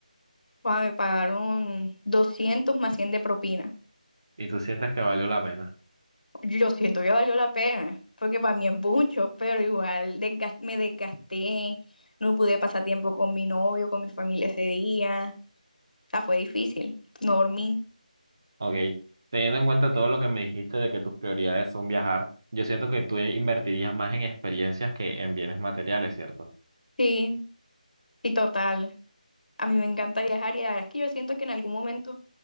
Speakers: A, on the left; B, on the right.
A: O sea, me pagaron 200 más 100 de propina.
B: ¿Y tú sientes que valió la pena?
A: Yo siento que valió la pena, porque para mí es mucho, pero igual desgas- me desgasté, no pude pasar tiempo con mi novio, con mi familia ese día. O sea, fue difícil, no dormí.
B: Ok, teniendo en cuenta todo lo que me dijiste de que tus prioridades son viajar, yo siento que tú invertirías más en experiencias que en bienes materiales, ¿cierto?
A: Sí, sí, total. A mí me encanta viajar y la verdad es que yo siento que en algún momento